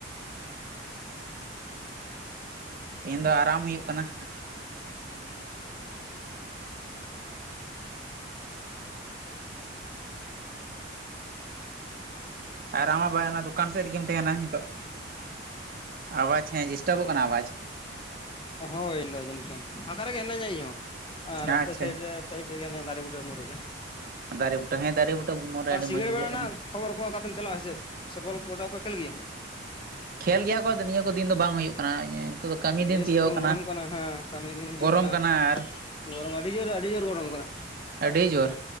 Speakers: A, on the right (about 50°); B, on the left (about 25°).
A: ᱛᱮᱦᱮᱧ ᱫᱚ ᱟᱨᱟᱢ ᱦᱩᱭᱩᱜ ᱠᱟᱱᱟ᱾ ᱟᱨ ᱟᱢ ᱢᱟ ᱵᱟᱭ ᱚᱱᱟ ᱫᱚᱠᱟᱱ ᱥᱮᱫ ᱨᱮᱜᱮᱢ ᱛᱟᱦᱮᱱᱟ ᱱᱤᱛᱚᱜ᱾ ᱟᱣᱟᱡ ᱦᱮᱸ ᱰᱤᱥ ᱴᱟᱵᱚᱜ ᱠᱟᱱᱟ ᱟᱣᱟᱡ᱾
B: ᱦᱚᱸ <unintelligible> ᱱᱚᱛᱮ ᱨᱮᱜᱮ ᱦᱤᱱᱤᱧᱼᱟ ᱤᱧ ᱦᱚ
A: ᱟᱪᱪᱷᱟ
B: ᱨᱟᱥᱛᱟ ᱥᱟᱭᱤᱴ ᱨᱮ᱾ ᱥᱟᱸᱭᱤᱰ ᱨᱮᱜᱮ ᱦᱟᱱᱮ ᱫᱟᱨᱮ ᱵᱩᱴᱟᱹ ᱩᱢᱩᱞ ᱨᱮᱜᱮ
A: ᱫᱟᱨᱮ ᱵᱩᱴᱟᱹ ᱦᱮᱸ ᱫᱟᱨᱮ ᱵᱩᱴᱟᱹ ᱩᱢᱚᱨ ᱨᱮ
B: ᱵᱟ
A: ᱟᱹᱰᱤ
B: ᱥᱤᱸᱜᱟᱹᱲ
A: ᱢᱚᱡᱽ ᱵᱩᱡᱷᱟᱹᱜ
B: ᱵᱮᱲᱟ
A: ᱠᱟᱱᱟ᱾
B: ᱨᱮᱱᱟᱜ ᱠᱷᱚᱵᱚᱨ ᱠᱚ ᱚᱠᱟᱛᱮᱢ ᱪᱟᱞᱟᱜᱼᱟ ᱥᱮᱪᱮᱫ ᱥᱮ ᱵᱚᱞ ᱠᱚ ᱜᱚᱵᱟ ᱯᱮ ᱠᱷᱮᱞ ᱜᱮᱭᱟ?
A: ᱠᱷᱮᱞ ᱜᱮᱭᱟᱠᱚ ᱟᱫᱚ ᱱᱤᱭᱟᱹ ᱠᱚ ᱫᱤᱱ ᱫᱚ ᱵᱟᱝ ᱦᱩᱭᱩᱜ ᱠᱟᱱᱟ, ᱱᱤᱛᱚᱜ ᱫᱚ ᱠᱟᱹᱢᱤ ᱫᱤᱱ
B: ᱡᱮ
A: ᱛᱤᱭᱳᱜ
B: ᱥᱤᱛᱩᱝ ᱜᱚᱨᱚᱢ ᱠᱟᱱᱟ ᱦᱟ ᱠᱟᱹᱢᱤ ᱫᱤᱱ ᱦᱤᱡᱩᱜ
A: ᱜᱚᱨᱚᱢ
B: ᱠᱟᱱᱟ
A: ᱟᱨ
B: ᱜᱚᱨᱚᱢ ᱟᱹᱰᱤ ᱡᱳᱨ ᱟᱹᱰᱤ ᱡᱳᱨ ᱜᱚᱨᱚᱢ ᱠᱟᱱᱟ᱾
A: ᱟᱹᱰᱤ ᱡᱳᱨ